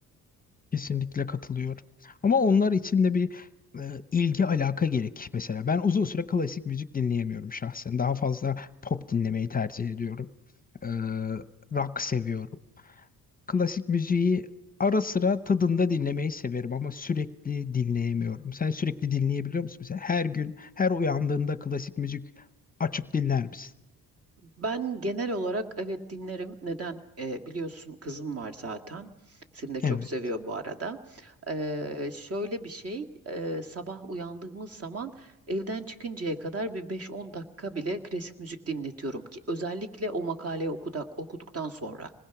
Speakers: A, on the left; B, on the right.
A: Kesinlikle katılıyorum. Ama onlar için de bir e, ilgi alaka gerek mesela. Ben uzun süre klasik müzik dinleyemiyorum şahsen. Daha fazla pop dinlemeyi tercih ediyorum. E, rock seviyorum. Klasik müziği ara sıra tadında dinlemeyi severim ama sürekli dinleyemiyorum. Sen sürekli dinleyebiliyor musun mesela? Her gün, her uyandığında klasik müzik açıp dinler misin?
B: Ben genel olarak evet dinlerim. Neden? Ee, biliyorsun kızım var zaten. Seni de çok
A: Evet.
B: seviyor bu arada. Ee, şöyle bir şey, e, sabah uyandığımız zaman evden çıkıncaya kadar bir 5-10 dakika bile klasik müzik dinletiyorum ki özellikle o makaleyi okudak, okuduktan sonra.